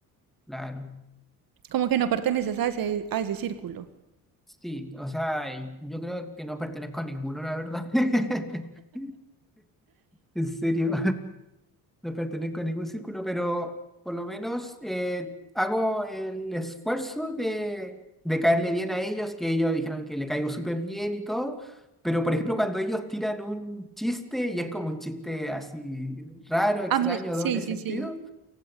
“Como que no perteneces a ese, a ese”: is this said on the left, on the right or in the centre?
Right